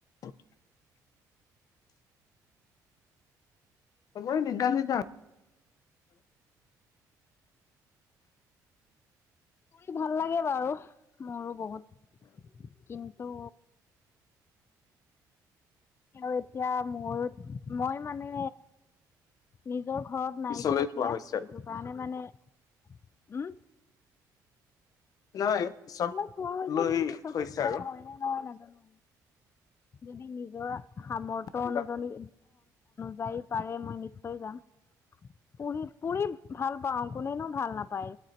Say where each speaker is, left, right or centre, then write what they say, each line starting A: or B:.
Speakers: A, on the left; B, on the left.
A: <unintelligible> হব নিদা নিদা
B: ফুৰি ভাল লাগে বাৰু মোৰো বহুত কিন্তু আৰু এতিয়া মোৰ মই মানে নিজৰ ঘৰত
A: পিছলৈ
B: নাই যে এতিয়া
A: থোৱা হৈছে
B: এইটো
A: আৰু
B: কাৰণে মানে উম।
A: নাই
B: এইবিলাক
A: চব
B: খোৱা হৈছে
A: লৈ
B: কিন্তু পিছতো
A: থৈছে
B: যোৱা
A: আৰু
B: হয় নে নহয় নাজানো। যদি নিজৰ সামৰ্থ
A: ভাবিবা
B: অনুজনী যায় পাৰে মই নিশ্চয় যাম পুৰিম পুৰিম ভাল পাওঁ কোনেনো ভাল নাপায়